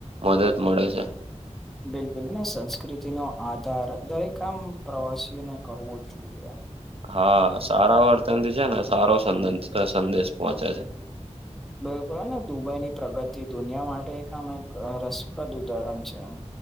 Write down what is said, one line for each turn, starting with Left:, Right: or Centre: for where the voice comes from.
Right: મદદ મળે છે.
Centre: બિલકુલ અને સંસ્કૃતિ નો આધાર દરેક કામ પ્રવાસીઓને કરવો જ જોઈએ.
Right: હા સારા વર્તનથી છે ને સારો સંદેશ પોહોંચે છે.
Centre: બિલકુલ ને દુબઈની પ્રગતિ દુનિયા માટે એક આમ એક રસપ્રદ ઉદાહરણ છે એમ.